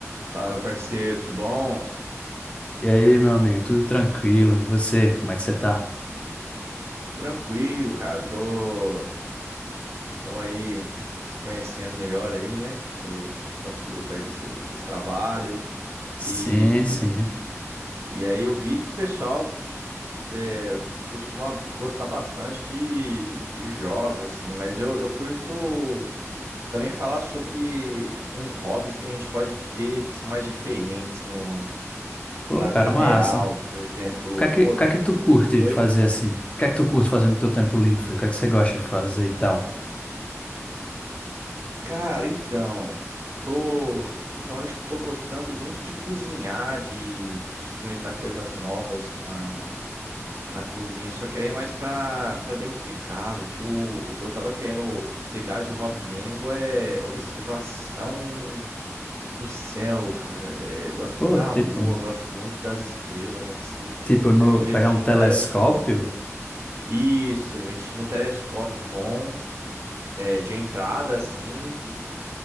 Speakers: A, on the right; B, on the left.
A: Fala, meu parceiro, tudo bom?
B: E aí, meu amigo, tudo tranquilo? E você, como é que você tá?
A: Tranquilo, cara. Tô, tamo aí se conhecendo melhor aí, né? no nosso grupo aí desse, desse trabalho.
B: Sim,
A: E,
B: sim.
A: e aí eu vi que o pessoal é, costuma gostar bastante de, de jogos, assim, mas eu, eu curto também falar sobre uns hobbies que a gente pode ter que são mais diferentes no,
B: Pô,
A: na
B: cara,
A: vida real.
B: massa.
A: Por exemplo,
B: O que é que,
A: pô,
B: o
A: tu,
B: que é que tu
A: tu-
B: curte
A: Oi?
B: fazer assim? O que é que tu curte fazer no teu tempo livre? O que é que você gosta de fazer e tal?
A: Cara, então, tô, ultimamente tô gostando muito de cozinhar, de, de experimentar coisas novas na, na cozinha, só que aí é mais pra, pra dentro de casa. O que, eu- o que eu tava querendo pegar de hobby mesmo é observação do céu, cara. É, eu gosto
B: Pô,
A: muito da
B: tipo,
A: lua, eu gosto muito das estrelas, assim. Aí
B: tipo
A: eu tô querendo
B: no,
A: investir
B: pegar um telescópio?
A: no telescópio. Isso, investir no telescópio bom, é, de entrada, assim,